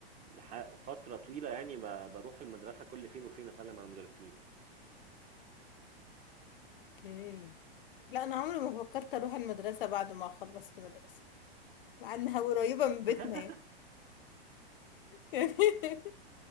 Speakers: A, on the right (about 25°); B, on the left (about 55°).
A: لح- فترة طويلة يعني ب- بروح المدرسة كل فين وفين أسلم على المدرسين
B: اوكي لا أنا عمري ما فكرت أروح المدرسة بعد ما خلصت مدرسة مع إنها قريبة من بيتنا
A: <laughs>
B: يعني <laughs> يعني